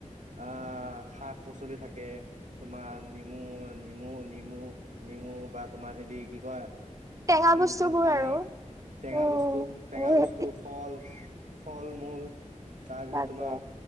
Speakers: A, on the right; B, on the right.
A: অ শাক পাচলি থাকে তোমাৰ নেমু নেমু নেমু নেমু বা তোমাৰ হেৰি কি কয়
B: টেঙা
A: উম
B: বস্তুবোৰ
A: পানী
B: আৰু
A: টেঙা
B: উম,
A: বস্তু টেঙা
B: অ', হয়
A: বস্তু ফল ফল মূল তাৰপিছত
B: তাকে।
A: তোমাৰ